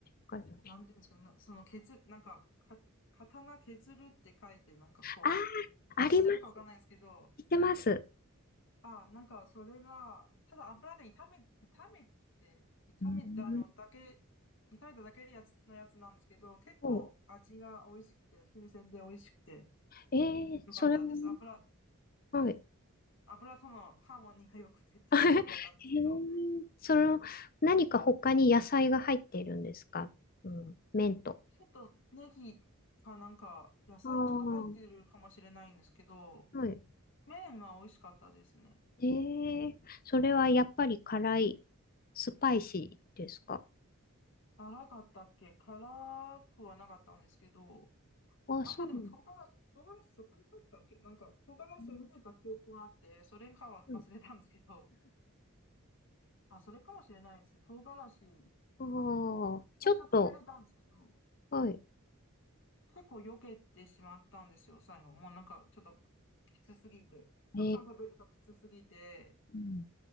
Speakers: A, on the left; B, on the left.
A: かりまし
B: なんていうんですかね、なその削、なんか、か、刀削るって書いて、なんかこ
A: たああ、
B: う、あ、
A: あります。
B: 知ってるかわかんないんですけど、
A: 知ってます。
B: あ、なんかそれが、ただ油で炒め、炒めて、炒めたのだけ、
A: うん
B: 炒めただけのやつ、のやつなんですけど、結構味が美味しくて、
A: そ
B: 新鮮で美味しくて、
A: う。えー、
B: よかったです。
A: それも、
B: 油、
A: はい。
B: 油とのハーモニーが良くてっていうかよくわかんないですけど、
A: <laughs> へえその、何か他に野菜が入っているんですかうん、麺と。
B: ちょっとネギかなんか野菜ちょっと入ってるかもしれないんですけど、
A: ああ、はい。
B: 麺が美味しかったですね。
A: ええそれはやっぱり辛い、スパイシーですか
B: 辛かったっけ辛くはなかったんですけど、
A: あ、
B: なんかでも唐辛子、
A: そうなんだ。
B: 唐辛子そこに入ったっけなんか唐辛子を茹でた記憶があって、
A: うん
B: それかは忘れたんですけど、
A: うん
B: あ、それかもしれないですね。唐辛子、
A: <laughs> ああ、ちょっと、
B: 最初食べれたんですけど、
A: はい。
B: 結構避けてしまったんですよ、最後。もうなんかちょっときつすぎて。
A: えー、
B: たくさん食べるときつすぎて、
A: うん、